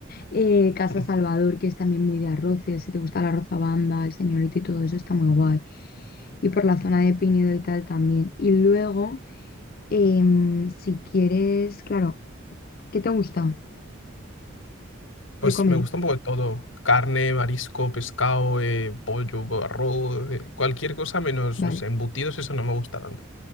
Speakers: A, on the left; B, on the left.
A: Eh, Casa
B: <laughs>
A: Salvador, que es también muy de arroces, si te gusta la rozabamba, el señorito y todo eso, está muy guay. Y por la zona de Pinedo y tal también. Y luego, em, si quieres, claro, ¿qué te gusta
B: Pues
A: de comer?
B: me gusta un poco de todo. Carne, marisco, pescado, eh, pollo, arroz, eh, cualquier cosa menos,
A: Vale,
B: no sé, embutidos, eso no me gusta tanto.